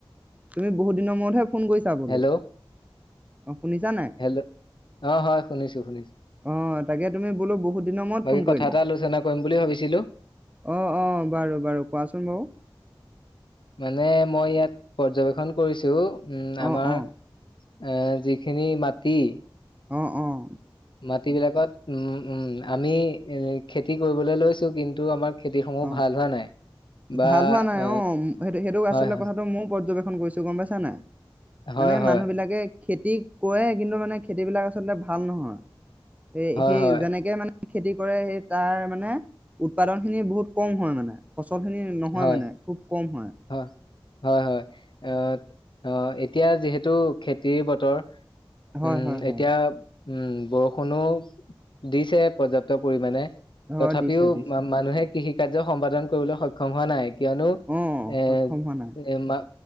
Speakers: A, on the right; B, on the left.
A: তুমি বহুত দিনৰ মূৰতহে ফোন কৰিছা বোলো
B: হেল্ল'
A: অঁ শুনিছা নাই
B: হেল্ল' অ হয় শুনিছো শুনিছো
A: অঁ তাকে তুমি বোলো বহুত দিনৰ মূৰত
B: বাকী
A: ফোন
B: কথা
A: কৰিলা
B: এটা আলোচনা কৰিম বুলি ভাবিছিলো
A: অঁ অঁ বাৰু বাৰু কোৱাচোন বাৰু
B: মানে মই ইয়াত পৰ্যবেক্ষণ কৰিছো উম আমাৰ
A: অ', অ',
B: এ যিখিনি মাটি
A: অঁ অঁ
B: মাটি বিলাকত উম উম আমি এ খেতি কৰিবলৈ লৈছো কিন্তু আমাৰ খেতিসমূহ
A: অঁ,
B: ভাল হোৱা নাই বা
A: ভাল হোৱা নাই
B: আ
A: অঁ সেইটো সেইটোক
B: হয়
A: আচলতে
B: হয়
A: কথাটো মও পৰ্যবেক্ষ খন গৈছো গম পাইছা নাই?
B: হয়
A: মানে
B: হয়
A: মানুহবিলাকে খেতিক কয়ে কিন্তু মানে খেতিবিলাক আচলতে ভাল নহয়। এ
B: হয়
A: সেই
B: হয়
A: যেনেকে মানে খেতি কৰে সেই তাৰ মানে উৎপাদন খিনি বহুত কম হয় মানে <unintelligible> খিনি নহয়
B: হয়
A: মানে খুব কম হয়।
B: হয়। হয় হয় অ' অঁ, এতিয়া যিহেতু খেতিৰ বতৰ
A: হয়
B: উম,
A: হয় হয়
B: এতিয়া উম, বৰষুণো দিছে পৰ্যাপ্ত পৰিমাণে, তথাপিও
A: হয় দিছে দিছে
B: মানুহে কৃষিক কাৰ্য সম্পাদন কৰিবলৈ সক্ষম হোৱা নাই কিয়নো
A: অ
B: এজ,
A: সক্ষম হোৱা নাই
B: এমা